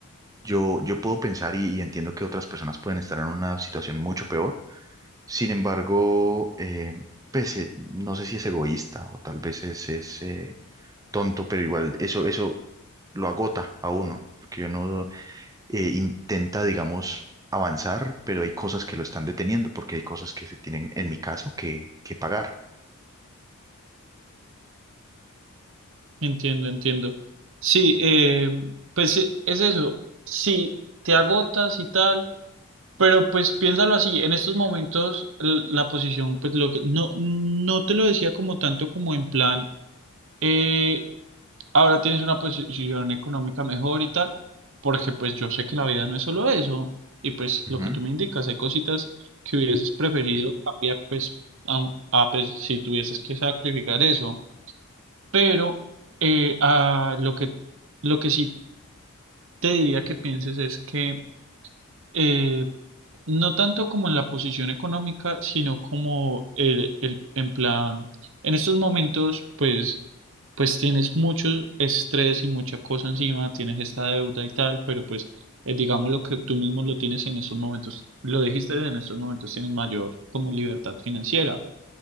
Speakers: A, on the right; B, on the right.
A: Yo, yo puedo pensar y, y entiendo que otras personas pueden estar en una situación mucho peor. Sin embargo, eh, pues eh, no sé si es egoísta o tal vez es, es, eh, tonto, pero igual eso, eso lo agota a uno, porque uno eh, intenta, digamos, avanzar, pero hay cosas que lo están deteniendo, porque hay cosas que se tienen, en mi caso, que, que pagar.
B: entiendo, entiendo. Sí, eh, pues e- es eso. Si te agotas y tal Pero pues piénsalo así, en estos momentos l- la posición, pues lo que no, no te lo decía como tanto como en plan, eh, ahora tienes una posición económica mejor y tal, porque pues yo sé que la vida no es solo eso, y pues
A: Ujú,
B: lo que tú me indicas, hay cositas que hubieses preferido cambiar, pues, a, a, pues, si tuvieses que sacrificar eso, pero eh, a lo que, lo que sí te diría que pienses es que eh, No tanto como en la posición económica, sino como el, el, en plan, en estos momentos, pues, pues tienes mucho estrés y mucha cosa encima, tienes esta deuda y tal, pero pues, eh, digamos lo que tú mismo lo tienes en estos momentos, lo dijiste, en estos momentos tienes mayor como libertad financiera.